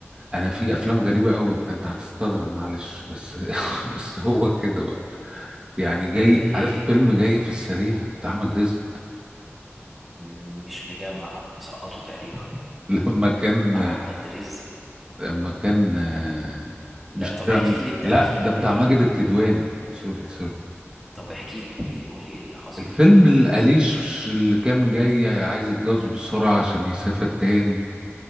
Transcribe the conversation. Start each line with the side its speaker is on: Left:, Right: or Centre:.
Right: انا في افلام غريبه قوي انت هتستغرب معلش بس <laughs> بس هو كده بقى يعني جاي
Centre: زي
Right: عارف
Centre: ايه
Right: فيلم جاي في السريع بتاع احمد رزق
Centre: م- مش مجمع مسقطه تقريبا
Right: <laughs> لما كان
Centre: احمد رزق
Right: لما كان آه، مش
Centre: لا طب
Right: لا
Centre: احكي
Right: مش
Centre: لي انت
Right: لا
Centre: احكي لي
Right: ده بتاع
Centre: احكي
Right: ماجد
Centre: لي
Right: الكدواني سوري سوري
Centre: طب احكي لي احكي لي قول لي ايه اللي حاصل
Right: الفيلم
Centre: فيه او
Right: القليش اللي كان جاي عايز يتجوز بسرعه عشان يسافر تاني